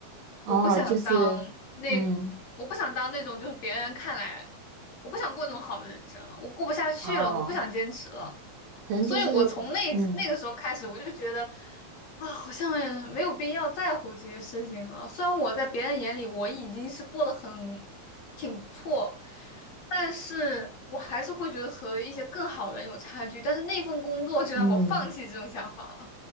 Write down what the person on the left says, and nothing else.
我不想当那，
我不想当那种就是别人看来，我不想过那种好的人生了，我过不下去了，
我不想坚持了。
所以我从那那个时候开始，我就觉得啊，好像也没有必要在乎这些事情了。虽然我在别人眼里我已经是过得很挺不错，但是我还是会觉得和一些更好的人有差距。但是那份工作就让我放弃这种想法了，